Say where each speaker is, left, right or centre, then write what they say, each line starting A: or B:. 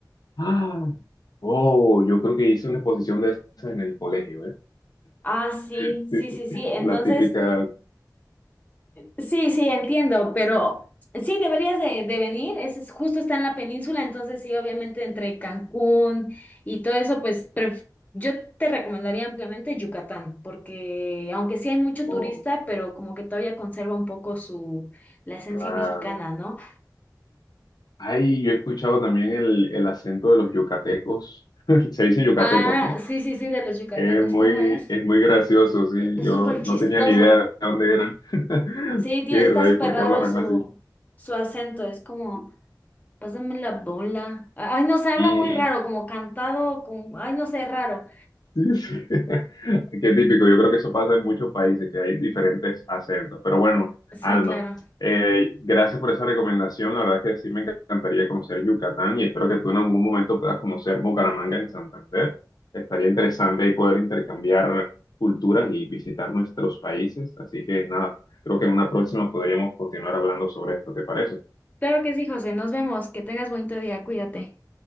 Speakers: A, on the left; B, on the left.
A: Ah, oh, yo creo que hice una exposición de esas en el colegio, ¿eh?
B: Ah, sí,
A: <laughs> Sí,
B: sí, sí, sí.
A: sí,
B: Entonces,
A: La típica,
B: sí, sí, entiendo, pero sí, deberías de, de venir. Es, es- justo está en la península, entonces sí, obviamente entre Cancún y todo eso, pues pref- yo te recomendaría ampliamente Yucatán, porque aunque sí hay mucho
A: oh,
B: turista, pero como que todavía conserva un poco su la esencia
A: claro.
B: mexicana, ¿no?
A: Ay, yo he escuchado también el, el acento de los yucatecos. <laughs> Se dice yucatecos,
B: Ah,
A: ¿no?
B: sí, sí, sí, de los yucatecos,
A: Es muy,
B: ¿cómo es?
A: es muy gracioso, sí.
B: Eh, Es
A: Yo
B: súper chistoso.
A: no tenía ni idea de dónde eran. <laughs>
B: Sí, tiene,
A: Qué
B: está
A: rayos,
B: súper
A: ¿por
B: raro
A: qué hablarán
B: su,
A: así?
B: su acento, es como... Pásame la bola. Ay, no sé, habla
A: Y
B: muy raro, como cantado, con... Ay, no sé, raro.
A: Sí, sí. <laughs> Qué típico. Yo creo que eso pasa en muchos países, que hay diferentes acentos. Pero bueno,
B: Sí,
A: Alma,
B: claro.
A: eh, gracias por esa recomendación. La verdad es que sí me encantaría conocer Yucatán y espero que tú en algún momento puedas conocer Bucaramanga en Santander. Estaría interesante ahí poder intercambiar culturas y visitar nuestros países. Así que nada, creo que en una próxima podríamos continuar hablando sobre esto. ¿Te parece?
B: Claro que sí, José. Nos vemos. Que tengas bonito día. Cuídate.